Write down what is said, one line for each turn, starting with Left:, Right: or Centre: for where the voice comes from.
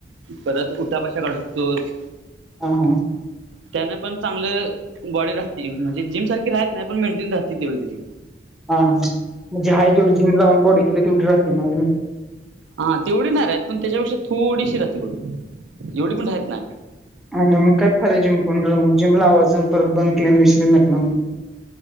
Right: परत उठा बशा काढू शकतोस.
Centre: ह. हां.
Right: त्याना पण चांगलं बॉडी राहते म्हणजे जिम सारखी राहत नाही पण मेंटेन राहते तेवढी तरी.
Centre: हा हा म्हणजे हाय जेवढी जिम लावून केलेली बॉडी तेवढी राहते.
Right: हा तेवढी नाही राहत पण त्याच्यापेक्षा थोडीशी राहते बघ एवढी पण राहत नाही.
Centre: आणि मग काय फाय जिम <unintelligible> जिम लावायची आणि मग परत बंद केल्यावर <unintelligible>